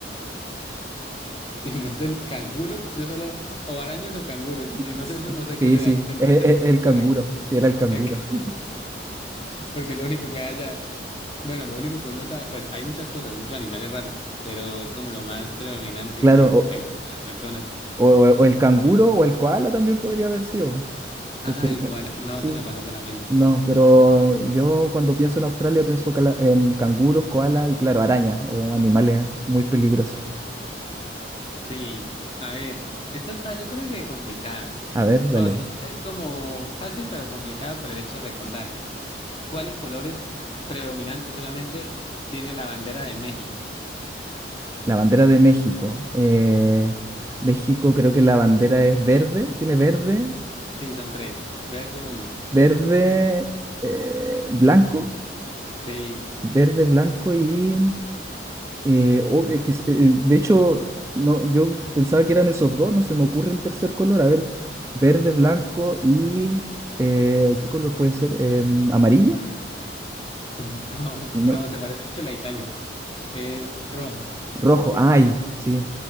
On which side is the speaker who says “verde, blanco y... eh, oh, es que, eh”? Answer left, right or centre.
Right